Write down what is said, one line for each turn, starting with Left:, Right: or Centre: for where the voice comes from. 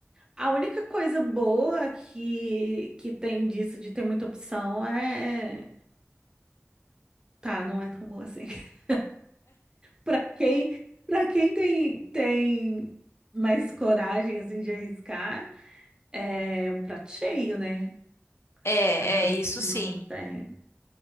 Right: A única coisa boa que, que tem disso, de ter muita opção, é. Tá, não é tão boa assim. <laughs> Pra quem, para quem tem, tem mais coragem, assim, de arriscar, é um prato cheio, né?
Left: É,
Right: Agora,
Left: é isso
Right: pra quem
Left: sim.
Right: não tem,